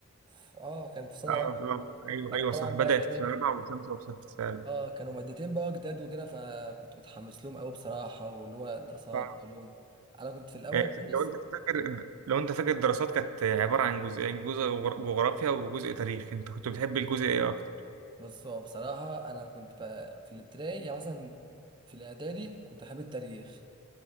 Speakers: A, on the right (about 20°); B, on the right (about 80°).
A: ف- اه كان في سنة
B: آه
A: رابعة
B: آه أيوه
A: كانت
B: أيوه
A: طبعا
B: صح بدأت
A: بقى إيه
B: في سنة رابعة وخمسة وستة فعلا
A: اه كانوا مادتين بقى جداد وكده فكنت متحمس لهم قوي بصراحه واللي هو دراسات
B: آه
A: وعلوم انا كنت في الاول
B: آه،
A: خالص
B: لو أنت فاكر لو أنت فاكر الدراسات كانت عبارة عن جزئين جزء جغر- جغرافيا وجزء تاريخ أنت كنت بتحب الجزء إيه أكتر؟
A: بس هو بصراحه انا كنت بقى في الابتدائي يعني مثلا في الاعدادي كنت حابب التاريخ